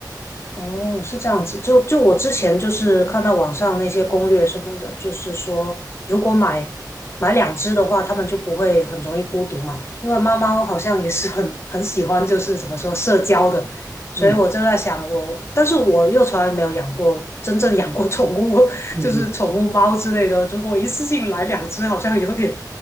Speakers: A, on the left; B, in the centre.
A: 哦，是这样子。就就我之前就是看到网上那些攻略什么的，就是说如果买买两只的话，它们就不会很容易孤独嘛。因为猫猫好像也是很很喜欢，就是怎么说社交的。所以我就在想我，
B: 嗯
A: 但是我又从来没有养过真正养过宠物，<laughs>
B: 嗯嗯，
A: 就是宠物猫之类的。如果一次性来两只，好像有点